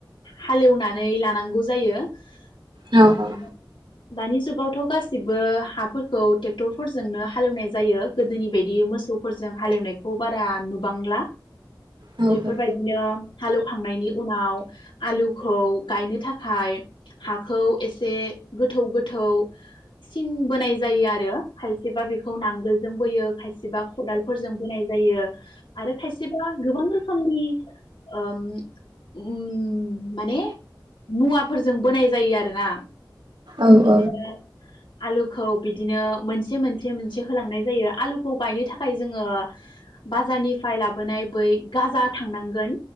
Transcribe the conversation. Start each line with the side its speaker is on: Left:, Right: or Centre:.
Left: हालेवनानै लानांगौ जायो।
Right: औ
Left: उम
Right: औ
Left: दानि जुगावथ गासैबो हाफोरखौ ट्रेक्टरफोरजोंनो हालेवनाय जायो गोदोनि बायदि मोसौफोरजों जों हालेवनायखौ बारा नुबांला
Right: नोंथां
Left: बेफोरबायदिनो हालौवखांनायनि उनाव आलुखौ गायनो थाखाय हाखौ एसे गोथौ गोथौ सिन बोनाय जायो आरो खायसेबा बेखौ नांगोलजों बोयो खायसेबा खदालफोरजों बोनाय जायो आरो खायसेबा गोबां रोखोमनि ओ उम माने मुवाफोरजों बोनाय जायो आरोना
Right: औ
Left: बिदिनो
Right: औ
Left: आलुखौ बिदिनो मोनसे मोनसे मोनसे होलांनाय जायो आलुखौ गायनो थाखा खाय जोङो बाजारनिफ्राय लाबोनाय बै गाजा थांनांगोन